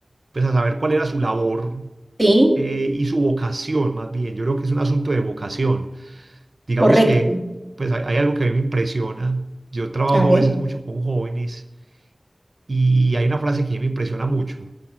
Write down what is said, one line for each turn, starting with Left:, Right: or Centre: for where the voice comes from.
Right: pues a saber cuál era su labor
Centre: sí,
Right: eh, y su vocación más bien. Yo creo que es un asunto de vocación digamos
Centre: correcto.
Right: que pues hay, hay algo que a mí me impresiona. Yo trabajo
Centre: A ver,
Right: a veces mucho con jóvenes y hay una frase que me impresiona mucho.